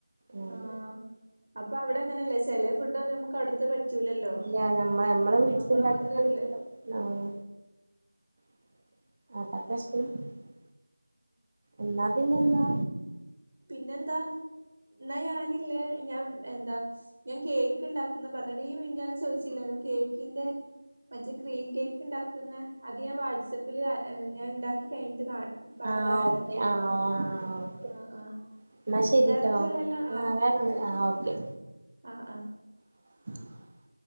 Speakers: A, on the right; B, on the right.
A: ഉം
B: ആഹ് അപ്പോ അവിടെ എങ്ങനെ ല ചെല ഫുഡൊന്നും നമുക്ക് അടുത്ത് പറ്റൂലല്ലോ
A: ഇല്ല ഞമ്മ ഞമ്മളെ
B: അപ്പോ
A: വീട്ടിലുണ്ടാക്കുന്ന
B: നമ്മള് ഓർഡർ ചെയൂലേ?
A: ആഹ് <unintelligible> എന്നാ പിന്നെന്താ?
B: പിന്നെ എന്താ എന്നാ ഞാനില്ലേ ഞാൻ എന്താ ഞാൻ കേ ക്കിണ്ടാക്കുന്ന പറഞ്ഞെടി ഈ മിനിഞ്ഞാന്ന് ചോയ്ച്ചില്ലെന്നോ കേക്കിന്റെ മറ്റേ ക്രീം കേക്ക് ഉണ്ടാകുന്ന അത് ഞാൻ വാട്സപ്പിൽ ഏഹ് ഞാൻ ഉണ്ടാക്കി കഴിഞ്ഞിട്ട് കാ പറഞ്ഞ്
A: ആഹ്
B: തരാട്ടോ
A: ഓക്കെ
B: എങ്ങനെയാ
A: ആഹ് ആഹ് ഓക്കെ.
B: ആഹ് ആഹ്
A: എന്നാ ശെരിട്ടോ
B: വേറൊന്നുല്ലല്ലോ
A: ആഹ് വേറൊന്നില്ല ആഹ് ഓക്കെ.
B: ആ ആ
A: <inaudible>